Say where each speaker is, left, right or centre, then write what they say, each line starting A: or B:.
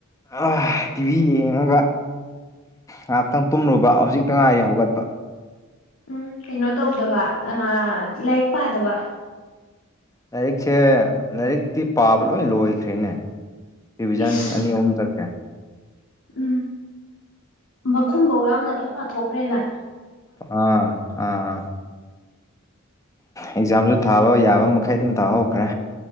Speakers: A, on the left; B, on the left.
A: ꯑꯥ ꯇꯤꯚꯤ ꯌꯦꯡꯉꯒ ꯉꯥꯛꯇꯪ ꯇꯨꯝꯂꯨꯕ ꯍꯧꯖꯤꯛꯇ ꯉꯥꯏꯔꯤ ꯍꯧꯒꯠꯄ
B: ꯎꯝ ꯀꯩꯅꯣ ꯇꯧꯗꯕ ꯑꯥ ꯂꯥꯏꯔꯤꯛ ꯄꯥꯗꯕ
A: ꯂꯥꯏꯔꯤꯛꯁꯦ ꯂꯥꯏꯔꯤꯛꯇꯤ ꯄꯥꯕ ꯂꯣꯏ ꯂꯣꯏꯈ꯭ꯔꯦꯅꯦ ꯔꯤꯚꯤꯖꯟ
B: ꯏꯁ
A: ꯑꯅꯤ ꯑꯍꯨꯝ ꯆꯠꯈ꯭ꯔꯦ
B: ꯎꯝ ꯃꯈꯨꯝꯕꯧ ꯌꯥꯎꯅ ꯂꯣꯏ ꯄꯥꯊꯣꯛꯈ꯭ꯔꯦ ꯅꯪ
A: ꯑꯥ ꯑꯥ ꯑꯦꯛꯖꯥꯝꯖꯨ ꯊꯥꯕ ꯌꯥꯕ ꯃꯈꯩ ꯑꯗꯨꯝ ꯇꯥꯍꯧꯈ꯭ꯔꯦ